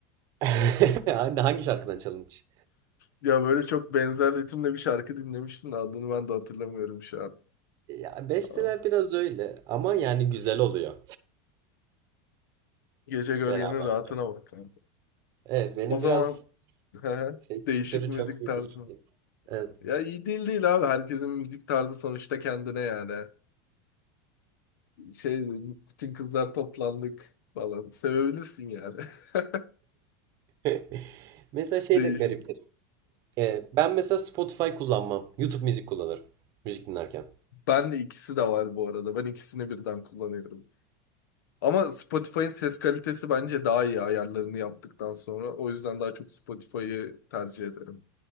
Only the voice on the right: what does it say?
<laughs> Hangi şarkıdan çalınmış?
Ya besteler
biraz öyle ama yani güzel oluyor
beraber.
söyle-
Evet benim
biraz
şey kültürü
çok iyi
değil.
Evet.
<laughs> Mesela şey
de gariptir. Ee, ben mesela Spotify kullanmam. YouTube müzik kullanırım. Müzik dinlerken.